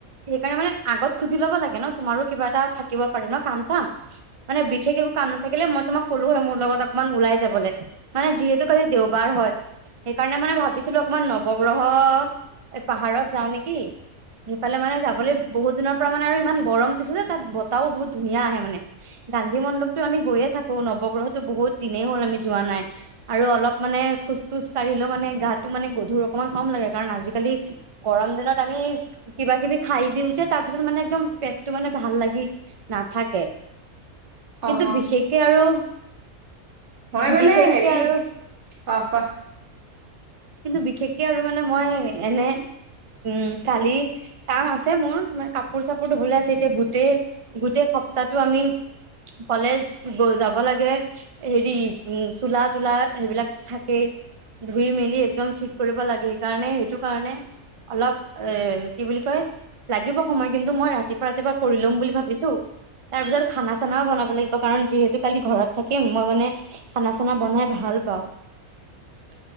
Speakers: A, on the right; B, on the right.
A: সেইকাৰণে মানে আগত সুধি লব লাগে ন তোমাৰো কিবা এটা থাকিব পাৰে ন কাম-চাম। মানে বিশেষ একো কাম নাথাকিলে মই তোক কলো হৈ মোৰ লগত অকমান ওলাই যাবলৈ, মানে যিহেতু কালি দেওবাৰ হয় সেইকাৰণে মানে ভাবিছিলো অকমান নৱগ্ৰহ পাহাৰত যাও নেকি। সেইফালে মানে যাবলৈ বহুত দিনৰ পৰা মানে আৰু ইমান গৰম দিছে যে তাত বতাহও বহুত ধুনীয়া আহে মানে। গান্ধী মণ্ডপতটো আমি গৈয়ে থাকো নৱগ্ৰহতো বহুত দিনেই হ'ল আমি যোৱা নাই। আৰু অলপ মানে খোজ-খোজ কাঢ়িলেও মানে গাটো মানে গধুৰ অকমান কম লাগে। কাৰণ আজিকালি গৰম দিনত আমি কিবা কিবি খাই দিওঁ যে তাৰ পিছত মানে একদম পেটটো মানে ভাল লাগি নাথাকে।
B: অ
A: কিন্তু
B: অ
A: বিশেষকে আৰু
B: মই মানে
A: বিশেষকে
B: হেৰি
A: আৰু
B: অ ক
A: কিন্তু বিশেষকে আৰু মানে মই এনে উম কালি কাম আছে মোৰ মানে কাপোৰ-চাপোৰ ধুবলৈ আছে, এতিয়া গোটেই গোটেই সপ্তাহো আমি কলেজ গ যাব লাগে, হেৰি উ চোলা-তোলা সেইবিলাক থাকে ধুই মেলি একদম ঠিক কৰিব লাগে, সেইকাৰণে সেইটো কাৰণে অলপ এ কি বুলি কয় লাগিব সময় কিন্তু মই ৰাতিপুৱা ৰাতিপুৱা কৰি লম বুলি ভাবিছোঁ। তাৰ পিছত খানা-চানাও বনাব লাগিব কাৰণ যিহেতু কালি ঘৰত থাকিম। মই মানে খানা-চানা বনাই ভাল পাওঁ।
B: <inaudible>